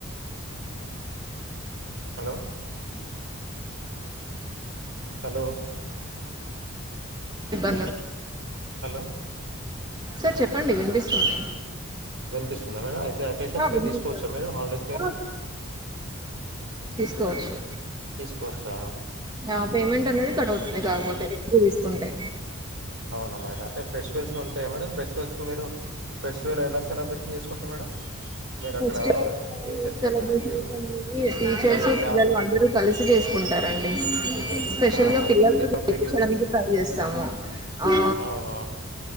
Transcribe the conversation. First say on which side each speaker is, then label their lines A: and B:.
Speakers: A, on the right; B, on the right.
A: హలో హలో
B: ఇబ్బందుం
A: హలో
B: సర్ చెప్పండి వినిపిస్తుంది
A: వినిపిస్తుందా మేడం అయితే అకేషన్స్
B: ఆ!
A: కి
B: వెళ్ళొచ్చాను.
A: తీసుకోవచ్చా మీరు హాలిడేస్ మీరు
B: ఆ! కోచ్చు
A: తీసుకోవచ్చా
B: ఆ పేమెంట్ అనేది కట్టవుతుంది లేకపోతే ఎక్కువ తీసుకుంటే
A: అవునా మేడం అంటే ఫెసిటివల్స్ ఉంటాయ మేడం ఫెసిటివల్స్ కు మీరు ఫెస్టివల్ ఎలా సెలబ్రే షన్ చేసుకుంట్రూ మేడం మీరు అక్కడ
B: ఫెస్టివల్
A: టీచర్స్
B: సెలబ్రేషన్
A: కదా అంటే
B: అనేవి టీచర్స్
A: మీ ఫ్యా
B: పిల్లలు అందరు కలిసిచేస్కు కుంటారండి స్పెషల్
A: ఆ
B: గా
A: ఇప్పుడు
B: పిల్లలతో
A: రిపబ్లిక్
B: చేపించడానికి ట్రై చేస్తాము ఆ
A: అవునా